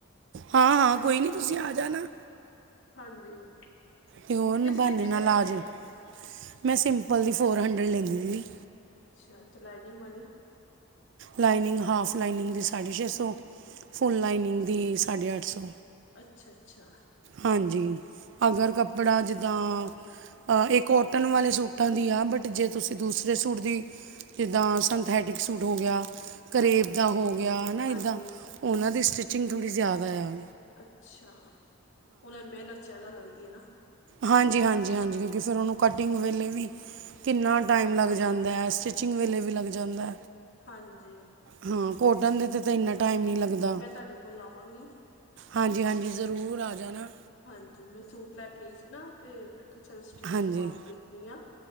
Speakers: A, on the right; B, on the left.
A: ਹਾਂ-ਹਾਂ ਕੋਈ ਨੀ ਤੁਸੀਂ ਆ ਜਾਣਾ।
B: ਹਾਂਜੀ!
A: ਤੇ ਹੋਰ
B: ਕਿੰਨੀ
A: ਨਿਬਾਨੇ
B: ਸਟਿਚਿੰਗ
A: ਨਾਲ਼
B: ਹੈ ਤੁਹਾਡੀ
A: ਆਜੀ। ਮੈਂ ਸਿੰਪਲ ਦੀ ਫੋਰ-ਹੰਡਡ ਲੈਂਨੀ ਵੀ।
B: ਅੱਛਾ, ਤੇ ਲਾਈਨਿੰਗ ਵਾਲੀ?
A: ਲਾਈਨਿੰਗ ਹਾਫ਼ ਲਾਈਨਿੰਗ ਦੀ ਸਾਢੇ-ਛੇ ਸੌ, ਫੁੱਲ ਲਾਈਨਿੰਗ ਦੀ ਸਾਢੇ-ਅੱਠ ਸੌ।
B: ਅੱਛਾ-ਅੱਛਾ!
A: ਹਾਂਜੀ! ਅਗਰ ਕੱਪੜਾ ਜਿੱਦਾਂ ਅ-ਇਹ ਕੋਟਨ ਵਾਲੇ ਸੂਟਾਂ ਦੀ ਆ ਬਟ ਜੇ ਤੁਸੀਂ ਦੂਸਰੇ ਸੂਟ ਦੀ ਜਿੱਦਾਂ ਸੰਥੈਟਿਕ ਸੂਟ ਹੋ ਗਿਆ, ਕਰੇਬ
B: ਹਾਂਜੀ
A: ਦਾ ਹੋ ਗਿਆ ਹਨਾ
B: ਹਾਂਜੀ
A: ਇੱਦਾਂ? ਉਹਨਾਂ ਦੀ ਸਟਿੱਚਿੰਗ ਥੋੜ੍ਹੀ ਜ਼ਿਆਦਾ ਆ।
B: ਅੱਛਾ! ਓਹਨਾਂ ਦ ਮਿਹਨਤ ਜਿਆਦਾ ਲੱਗਦੀ ਐ ਨਾ।
A: ਹਾਂਜੀ-ਹਾਂਜੀ-ਹਾਂਜੀ ਕਿਉਂਕਿ ਫ਼ਿਰ ਉਹਨੂੰ ਕਟਿੰਗ ਵੇਲੇ ਵੀ ਕਿੰਨਾ
B: ਹਾਂਜੀ
A: ਟਾਈਮ ਲੱਗ ਜਾਂਦੈ ਸਟਿਚ ਚਿੰਗ ਵੇਲੇ ਵੀ ਲੱਗ ਜਾਂਦੈ।
B: ਹਾਂਜੀ
A: ਹਾਂ ਕੋਟਨ ਦੇ
B: ਇਹ
A: ਤੇ ਇੰਨਾ
B: ਹੈ
A: ਟਾਈਮ ਨੀ ਲੱਗਦਾ।
B: ਮੈਂ ਤੁਹਾਡੇ ਕੋਲ ਆਵਾਂਗੀ
A: ਹਾਂਜੀ-ਹਾਂਜੀ ਜ਼ਰੂਰ ਆ ਜਾਣਾ।
B: ਹਾਂਜੀ ਮੈਂ ਸੂਟ ਲੈ ਕੇ ਆਈ ਸੀ ਨਾ ਤੇ ਮੈ ਕਿਆ ਚੱਲ ਸਟਿੱਚ
A: ਹਾਂਜੀ
B: ਕਰਵਾ ਕੇ ਦੇਖਣੀ ਆ,